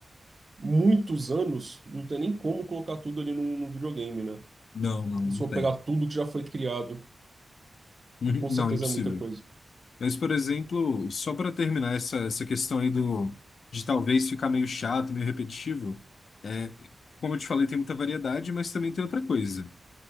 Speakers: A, on the right; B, on the left.
A: muitos anos, não tem nem como colocar tudo ali num, num videogame, né?
B: Não, não, não
A: Se for
B: tem.
A: pegar tudo que já foi criado,
B: <laughs>
A: que com
B: Não,
A: certeza
B: impossível.
A: é muita coisa.
B: Mas, por exemplo, só para terminar essa, essa questão aí do, de talvez ficar meio chato, meio repetitivo, é, como eu te falei, tem muita variedade, mas também tem outra coisa.